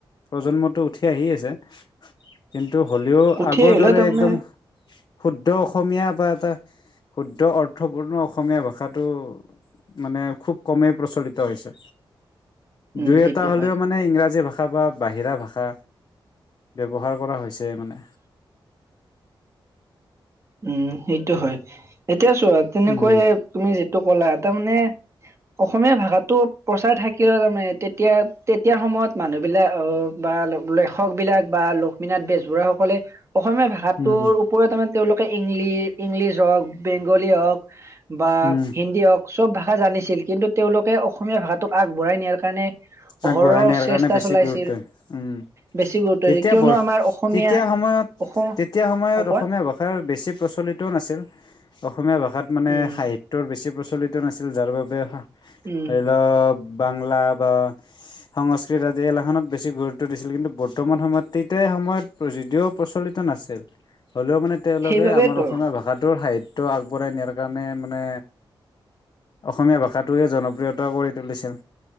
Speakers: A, on the left (about 50°); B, on the right (about 35°).
A: প্ৰজন্মটো উঠি আহি আছে কিন্ত ন্তু হ'লেও
B: উঠি
A: আগৰ
B: আহিলে
A: দৰে
B: তাৰমানে
A: একদম শুদ্ধ অসমীয়া বা এটা শুদ্ধ অৰ্থপূৰ্ণ অসমীয়া ভাষাটো মানে খুব কমেই প্ৰচলিত হৈছে
B: উম
A: দুই
B: সেইটো
A: এটা হলেও
B: হয়
A: মানে ইংৰাজী ভা ষা বা বাহিৰা ভাষা ব্যৱহাৰ কৰা হৈছে মানে
B: উম সেইটো হয় এতিয়া চোৱা তেনেকৈয়ে
A: উম
B: তুমি যিটো ক'লা তাৰ মানে অসমীয়া ভাষাটো প্ৰচাৰ থাকিলা তামানে তেতিয়া এতিয়াৰ সময়ত মানুহবিলাক বা লেখক বিলাক বা লক্ষ্মীনাথ বেজবৰুৱা সকলে অসমীয়া ভাষাটোৰ
A: উম
B: ওপৰত কেইটামান তেওঁলোকে ইংলি ইংলিছ হওক বেংগলী হওক বা
A: উম
B: হিন্দী হওক চব ভাষা ভাষা জানিছিল কিন্তু তেওঁলোকে অসমীয়া ভাষাটোক আগবঢ়াই নিয়াৰ কাৰণে অহৰহ
A: আগবঢ়াই নিয়াৰ
B: চেষ্টা
A: কাৰণে বেছি
B: চলাইছিল
A: গুৰুত্ব উম।
B: বেছি গুৰুত্ব
A: তেতিয়া
B: দিছিল, কিয়নো
A: ব
B: আমাৰ অসমীয়া
A: তেতিয়া সময়ত
B: অসম
A: তেতিয়া সময়ত
B: অ কোৱা
A: অসমীয়া ভাষা ভাষাৰ বেছি প্ৰচলিত নাছিল। অ অসমীয়া ভাষাত মানে
B: উম
A: সাহিত্যৰ বেছি প্ৰচলিত নাছিল যাৰ বাবে
B: উম
A: অলপ বাংলা বা সংস্কৃত আদি এলাখনত বেছি গুৰুত্ব দিছিল কিন্তু বৰ্তমান সময়ত তেতিয়াই সময়ত প্ৰযোয্য প্ৰচলিত নাছিল। হ'লেও মানে তেওঁলোকে
B: সেইবাবেতো
A: আমাৰ অসমীয়া ভাষাটোৰ সাহিত্য আগবঢ়াই নিয়াৰ কাৰণে মানে, অসমীয়া ভাষাটোৱে জনপ্ৰিয়তা কৰি তুলিছিল।